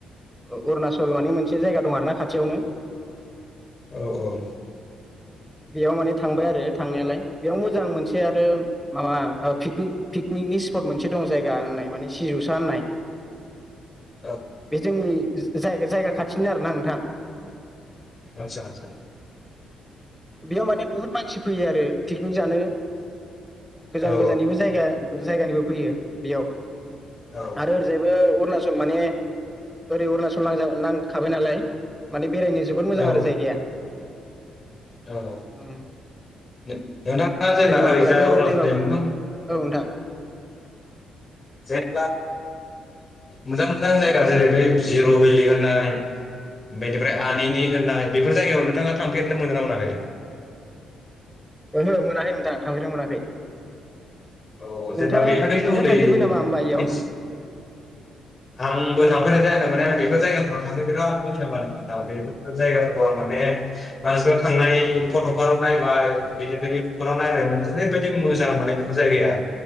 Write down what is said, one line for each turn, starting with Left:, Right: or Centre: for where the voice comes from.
Centre: अरुणाचल मानि मोनसे जायगा दं आरो ना खाथियावनो।
Left: औ औ।
Centre: बेयाव माने थांबाय आरो थांनायालाय। बेयाव मोजां मोनसे आरो माबा ओ पिकनिक पिकनिकनि स्पट मोनसे दं जायगा होननाय माने सिजौसा होननाय।
Left: औ
Centre: बे जोंनि जाय जायगा खा थिसिन आरोना नोंथां?
Left: आसा आसा
Centre: बेयाव माने बुहुत मानसि फैयो आरो। पिकनिक जानो, गोजान
Left: औ
Centre: गोजाननिबो जायगा जायगानिबो फैयो बेयाव।
Left: औ
Centre: आरो ओरैजायबो अरुणाचल माने ओरै अरुणाचल नांजा नांखाबाय नालाय माने बेरायनो जोबोद मोजां
Left: औ
Centre: आरो जायगाया।
Left: औ
Centre: उम।
Left: नोंथाङा जेनेबा
Centre: दैमाफोराबो
Left: ओरैजा अरुणाचलनि
Centre: दैमा
Left: मोनथाम
Centre: औ नोंथां।
Left: जेनेबा मोजां मोजां जायगा जेरै बै जिर' भेलि होननाय बेनिफ्राय आनिनि होननाय बेफोर जायगायाव नोंथाङा थांफेरनो मोनो ना मोनाखै?
Centre: ओहो मोनाखै नोंथां थांफेरना मोनाखै।
Left: औ जेनेबा
Centre: नोंथाङा
Left: बेफोरनि
Centre: नोंथाङा
Left: सोमोन्दै
Centre: थांफेरबाय नामा होमबा इयाव
Left: मिथि आंबो थांफेरनाय जायाखै माने आं बे फोर जायगाफोराव थांनो बिराद गो दं बेफोर जायगाफोरखौ आं माने मानसिफ्रा थांनाय फट'फोराव नायबाय बिदिनो इउटुबफोराव नायबाय माने ओरैबायदि मोजां माने जायगाया।